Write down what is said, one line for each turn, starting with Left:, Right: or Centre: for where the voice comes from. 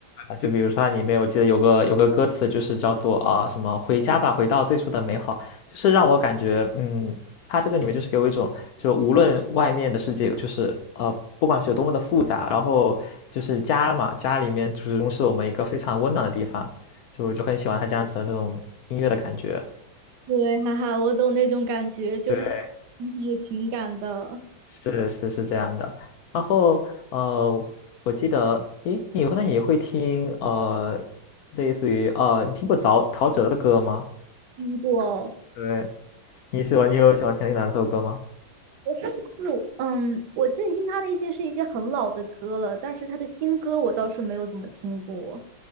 Left: 啊，就比如说它里面我记得有个有个歌词就是叫做啊什么“回家吧，回到最初的美好”，就是让我感觉，嗯，它这个里面就是给我一种，就无论外面的世界有就是呃，不管是有多么的复杂，然后就是家嘛，家里面始终是我们一个非常温暖的地方，所以我就很喜欢它这样子的那种音乐的感觉。
Right: 对，哈哈，我懂那种感觉，就是很很有情感的。
Left: 对，是是是这样的。然后呃，我记得，诶，你那你会听呃，类似于呃，你听过陶陶喆的歌吗？
Right: 听过。
Left: 对，你喜欢你有喜欢听哪首歌吗？
Right: 我上次嗯，我最近听他的一些是一些很老的歌了，但是他的新歌我倒是没有怎么听过。